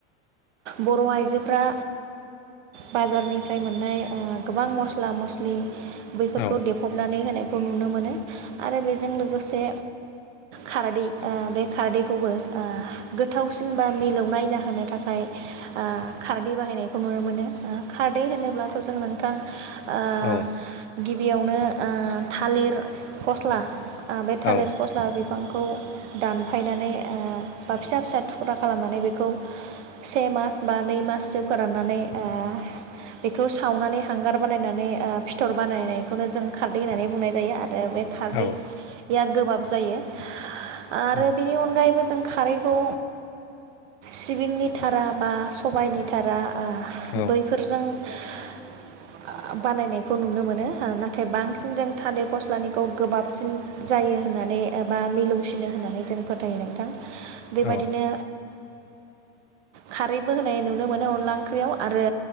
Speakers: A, on the right; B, on the left.
A: बर' आइजोफोरा बाजारनिफ्राय मोननाय ओह गोबां मस्ला मस्लि बैफोरखौ
B: औ
A: देफबनानै होनाय खौ नुनो मोनो आरो बे बेजों उम लोगोसे खारदै ओ बे खारदैखौबो गोथावसिन बा मिलौनाय जाहोनो थाखाय ओ खारदै बाहायनायखौ नुनो मोनो ओ खारदै होनोब्लाथ' जों नोंथां ओ
B: औ
A: गिबियावनो थालिर फस्ला आ बे थालिर
B: औ
A: फस्ला बिफांखौ खौ दानफायनानै ओ बा फिसा फिसा थुख्रा खालामनानै बेखौ से मास बा नै माससो फोराननानै ओ बेखौ सावनानै हांगार बानायनानै ओ फिथर बानायनायखौनो जों खारदै होननानै बुंनाय जायो आरो आरो बे खारदै
B: औ
A: या गोबाब जायो आरो
B: उम
A: बिनि अनगायैबो जों खारैखौ सिबिंनि थारा बा सबायनि थारा ओ
B: औ
A: बैफोरजों ओ बानायनायखौ नुनो मोनो नाथाय बांसिन जों थान्दिर फस्लानिखौ गोबाबसिन जायो होननानै एबा मिलौसिनो होननानै जों फोथायो नोंथां बेबायदिनो
B: औ
A: खारैबो होनाय नुनो मोनो अनला ओंख्रियाव आरो